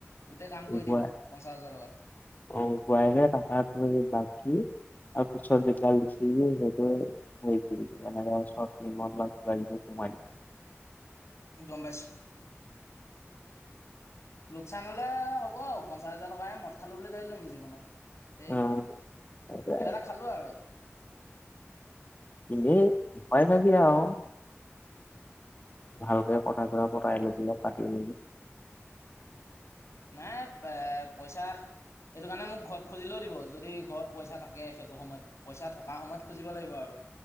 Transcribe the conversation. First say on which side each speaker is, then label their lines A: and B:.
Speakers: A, on the left; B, on the left.
A: গোটেই কাম কৰি
B: গোৱা
A: দিব পঞ্চাছ হাজাৰ টকা
B: অ গোৱাইৰে তাৰপা তুমি বাকী আৰু <unintelligible>
A: গমপাইছো লোকচান হ'লে হ'ব আৰু পঞ্চাছ হাজাৰ টকেৰে মদ খালো বুলি ধৰি লম জীৱনত এ
B: অ এনেই
A: কিবা এটা খালো আৰু
B: এনে ই <unintelligible> ভালকে কথা চৰা পটাইলবি পাতি বি
A: নাই এ পইচা এইেইটো কাৰণে মোক ঘৰত খুজিলেও দিব যদি ঘৰত পইচা থাকে সেইটো সময়ত পইচা থকা সময়ত খুজিব লাগিব আৰু